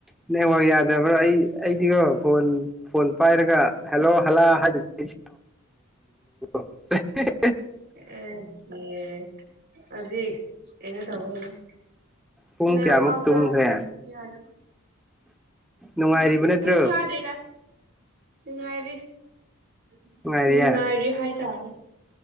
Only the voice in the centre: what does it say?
ꯅꯦꯇꯋꯥꯀ ꯌꯥꯗꯕ꯭ꯔ‌ꯣ ꯑꯩ ꯑꯩꯗꯤꯀ‌ꯣ ꯐꯣꯟ ꯐꯣꯟ ꯄꯥꯏꯔꯒ ꯍꯦꯜꯂꯣ ꯍꯜꯂꯥ ꯍꯥꯏꯗꯨꯗꯤ <unintelligible> <unintelligible> <unintelligible>
ꯄꯨꯡ
ꯀꯌꯥꯃꯨꯛ ꯇꯨꯝꯈ꯭ꯔꯦ
ꯅꯨꯡꯉꯥꯏꯔꯤꯕ
ꯅꯠꯇ꯭ꯔꯣ
ꯅꯨꯡꯉꯥꯏꯔꯤꯌꯦ